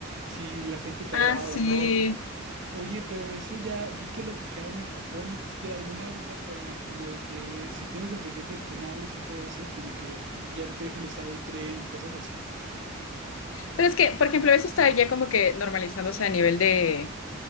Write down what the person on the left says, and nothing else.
Ah,
sí.
Pero es que, por ejemplo, eso está ya como que normalizándose a nivel de,